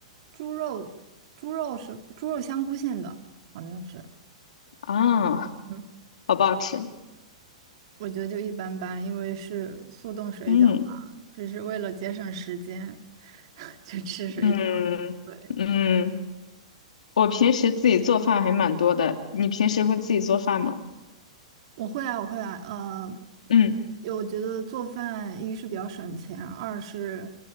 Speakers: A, on the right; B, on the left.
A: 猪肉猪肉是猪肉香菇馅的，好像是，
B: 啊，
A: 嗯，
B: 好不好吃？
A: 我觉得就一般般，因为是速冻水饺嘛，
B: 嗯
A: 只是为了节省时间 <laughs> 就吃水饺。
B: 嗯嗯，
A: 对。
B: 我平时自己做饭还蛮多的，你平时会自己做饭吗？
A: 我会啊，我会啊，呃，
B: 嗯
A: 我觉得做饭一是比较省钱，二是